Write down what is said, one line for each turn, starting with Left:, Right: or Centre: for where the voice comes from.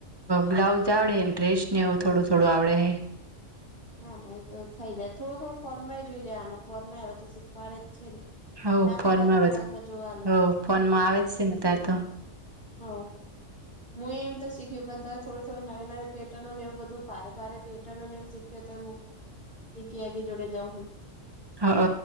Right: બ્લાઉઝ આવડે ને ડ્રેસને એવું થોડું થોડું આવડે હ.
Left: ના ના એ તો થઈ જાય થોડું થોડું ફોનમાં જોઈ લે ફોન માં એવા તો શીખવાડે જ છે ને.
Right: હ
Left: ના ખવાય તો ફોનમાં
Right: હ
Left: જોવાનું
Right: ફોનમાં
Left: એટલે
Right: આવે
Left: ખાઈ
Right: જ છે
Left: જશે
Right: ને તાર તો
Left: હ. હું એમ તો શીખ્યું પણ તો થોડી થોડી નવી નવી પેટર્ન ને એવું બધું ભારે ભારે પેટર્નને એવું શીખ્યું હત. એી આગે જોડે જાઉ હન.
Right: હ